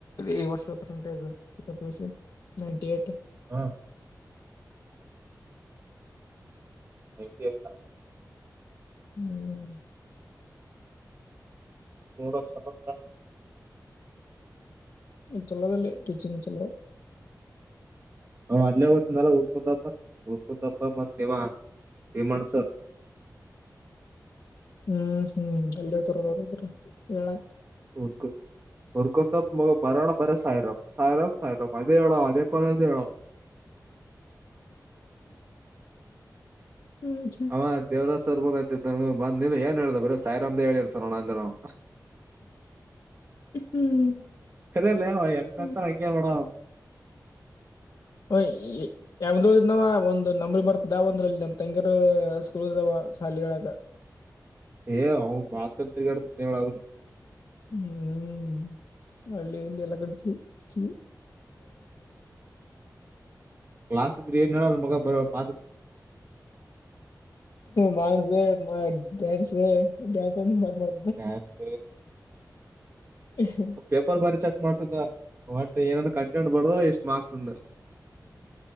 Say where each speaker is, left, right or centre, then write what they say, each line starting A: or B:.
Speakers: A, on the left; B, on the right.
A: ಈ ವರ್ಷದ ಪರ್ಸೆಂಟೇಜು. ಸಿಕ್ಕಪ್ಲಿಸಿ ನೈನ್ಟಿ ಎಟ್.
B: ಹಾ <unintelligible>
A: ಹ್ಮ್
B: ಮೂಡ ಚಲ. <unintelligible>
A: ಹ್ಮ್ ಚಲೋದಲ್ಲಿ ಟೀಚಿಂಗ್ ಚಲೋ.
B: ಹ ಅಲ್ಲೇ ಓದ್ತಿದಲ್ಲ ಊರ್ಕಂದಪ್ಪ ಉರ್ಕಂದಪ್ಪ ಮತ್ ಇವ ಭೀಮಣ್ಣ ಸಾರ್.
A: ಹ್ಮ್ ಹ್ಮ್ ಅಲ ಹೋಯ್ತರ್ ಅವ್ರ ಇಬ್ರು ಹೇಳ್ಕೆ.
B: ಹುರ್ಕ ಹೊರ್ಕೊಂಡಪ್ಪಾ ಮಗ ಬರೋಣ ಬರ ಸಾಯಿರಬ್ ಸಾಯಿರಬ್. ಅದೇ ಹೇಳೋ ಅದೇ ಕಾಲೇಜ್ ಅವ.
A: ಹ್ಮ್ ಹ್ಮ್
B: ಹಾ ದೇವರಾಜ್ ಸರ್ ಬಂದ್ನ ಬಂದ ನಿಲ್ಲು ಎನ್ ಹೇಳ್ದ ಬರಿ ಸಾಯಿರಾಮ್ದೇ ಹೇಳಿರ್ತಾರನಣ ಅಂದೆ ನಾವು.
A: ಹ್ಮ್
B: ಅರಿ ಅಲ್ಲಯ ಎತ್ರ
A: ಹ್ಮ್
B: ಮಂಗ್ಯ ಮಾಡಣ
A: ಹ ಈ ಯಾವಂದ ಇದ್ನಾವ ಒಂದು ನಮ್ಳ ಬರ್ತದಾವ ಅಂದ್ರಲ್ಲಿ ನಮ್ ತಂಗರು ಸ್ಕೂಲ್ ಇದದಾವ ಶಾಲಿಗಳಾಗ
B: ಏ ಅವ ಮಾತಗಳ ಅವ
A: ಹೂ ಹೂ ಹಳ್ಳಿ ಇಲ್ಲಿ ಎಲ್ಲ ಕಡೆ ಚಿ ಚಿ
B: ಕ್ಾಸ ಏ ನ ಮ ಬ ಮಾ
A: ಮಾಸ ಡ್ಯಾನ್ಸ್ ಡ್ಯಾನ್ಸ್ ಅಂದ ಮ ಮಾಡ
B: ್ಯಾನ್ಸ್
A: ಹೂ
B: ಪೇಪರ್ ಬರಿ ಚೆಕ್ ಮಾಡ್ತಿದ ಒಟ್ ಏನನ್ ಕಂಟೆಂಟ್ ಬರ್ ಎಷ್ಟ್ ಮಾರ್ಕ್ಸ್ ಅಂದ